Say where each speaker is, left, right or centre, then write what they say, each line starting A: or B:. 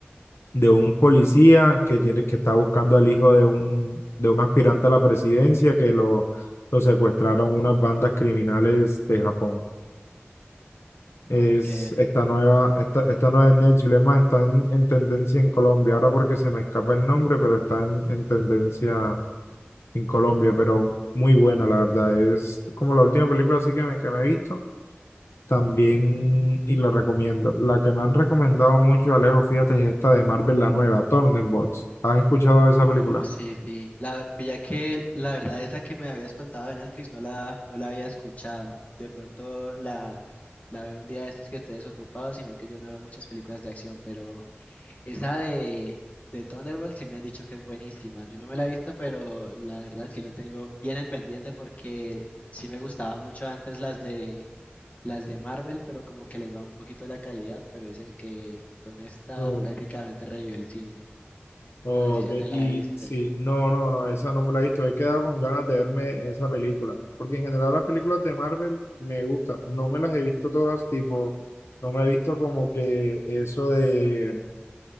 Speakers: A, on the left; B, on the left.
A: de un policía que tiene, que está buscando al hijo de un, de un aspirante a la presidencia que lo, lo secuestraron unas bandas criminales de Japón. Es
B: Ok.
A: esta nueva, esta, esta nueva en Netflix, es más, está en, en tendencia en Colombia, ahora porque se me escapa el nombre, pero está en, en tendencia en Colombia, pero muy buena, la verdad. Es como la última película así que me, que me he visto También, y lo recomiendo, la que me han recomendado mucho, Alejo, fíjate, es esta de Marvel, la nueva, Thunderbolts. ¿Has escuchado
B: Uh,
A: de esa película?
B: sí, sí. La, ya que la verdad esa que me habías contado de Netflix no la, no la había escuchado. De pronto la, la veo un día de estos que esté desocupado, sino que yo no veo muchas películas de acción, pero... Esa de, de Thunderbolt sí me han dicho que es buenísima. Yo no me la he visto, pero la verdad sí lo tengo bien en pendiente porque sí me gustaba mucho antes las de las de Marvel, pero como que les bajó un poquito la calidad, pero dicen que con esta
A: Mm,
B: prácticamente revivió el cine.
A: ok,
B: No sé si ya te la
A: y
B: viste.
A: sí, no, no, no, esa no me la he visto. He quedado con ganas de verme esa película, porque en general las películas de Marvel me gustan. No me las he visto todas, tipo, no me he visto como que eso de,